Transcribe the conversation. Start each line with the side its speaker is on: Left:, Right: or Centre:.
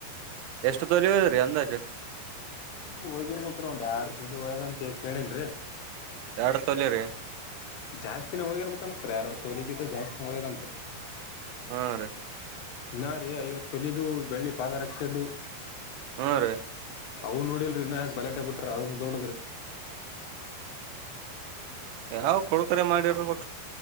Right: ಎಷ್ಟು ತೊಲಿ ಹದ್ರರಿ ಅಂದಾಜು
Left: ಹೋಗಿರ ಮ ಒಂದ್ ಎರಡ್ ತಿಿ ಹಯದಂತ ಕೇಳೇನ್ರಿ
Right: ಎರಡ್ ತೊಲಿ ರೀ
Left: ಜಾಸ್ತಿನ ಹೋಗಿರ್ಬೇಕನ್ಸ್ರ ಎರಡು ತೋಲಗ ಜಾಸ್ತಿ ಹಳ್ಳದಂತರಿ
Right: ಹಾ ರೀ
Left: ನಾ ರೀ ಐವತ್ತು ತುಲಿದು ಬೆಳ್ಳಿ ಪಾದ ರಕ್ಷೆದು
Right: ಹ್ಮ ರೀ
Left: ಅವು್ ನೋಡಿಲ್ರಿ ಇನ್ಾಕ್ ಬಲಟೆ ಬಿಟ್ರಿ ಅದದ ದೋಡದ್ರಿ
Right: ಯಾವ್ ಕೊಡುಕರೆ ಮಾಡಿರ್ಬೇಕು